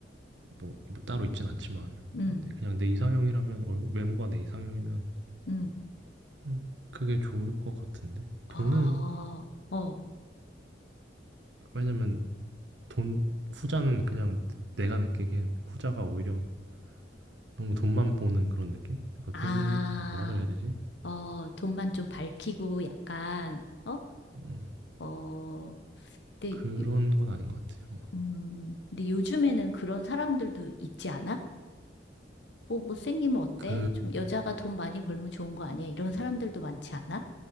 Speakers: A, on the right (about 80°); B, on the left (about 70°).
A: 뭐 따로 있진 않지만
B: 음,
A: 근데 그냥 내 이상형이라면 얼- 외모가 내 이상형이면
B: 음.
A: 음 그게 좋을 것 같은데.
B: 어,
A: 돈은
B: 어,
A: 왜냐면 돈 후자는 그냥 내가 느끼기엔 후자가 오히려 너무 돈만 보는 그런 느낌? 그러니까
B: 아,
A: 돈 아 뭐라 그래야 되지?
B: 어, 돈만 좀 밝히고 약간, 어?
A: 어
B: 어, 근데,
A: 그런
B: 요-
A: 건 아닌 것 같아요.
B: 음, 근데 요즘에는 그런 사람들도 있지 않아? 뭐, 못생기면 어때?
A: 그
B: 좀 여자가 돈 많이 벌면 좋은 거 아니야? 이런 사람들도 많지 않아?